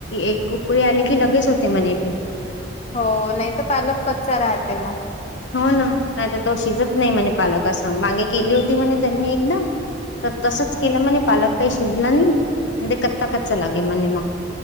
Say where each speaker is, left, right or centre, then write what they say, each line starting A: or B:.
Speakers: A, on the left (about 80°); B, on the left (about 35°).
A: एक उकळी आले
B: हम्म.
A: की लगेच होते म्हणे ते.
B: हो नाही तर पालक कच्चा राहते मग.
A: हो ना नाही तर तो शिजत नाही म्हणे पालक असा मागे केली होती म्हणे त्यांनी एकदा तर तसच केलं म्हणे पालक काही शिजला नाही म्हण ते कच्चा, कच्चा लागे म्हणे मग